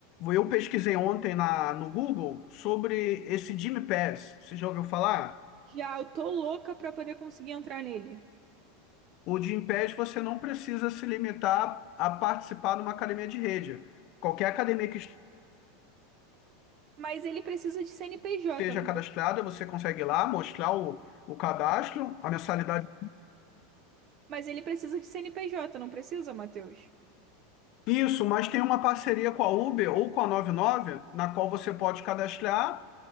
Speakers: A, on the left; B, on the right.
A: Eu pesquisei ontem na, no Google sobre esse Gym Pass. Você já ouviu falar?
B: Já eu tô louca para poder conseguir entrar nele.
A: O Gym Pass você não precisa se limitar a participar de uma academia de rede. Qualquer academia que
B: Mas ele precisa de CNPJ,
A: esteja
B: não
A: cadastrada,
B: precisa?
A: você consegue ir lá mostrar o, o cadastro, a mensalidade.
B: Mas ele precisa de CNPJ, não precisa, Matheus?
A: Isso, mas tem uma parceria com a Uber ou com a 99, na qual você pode cadastrar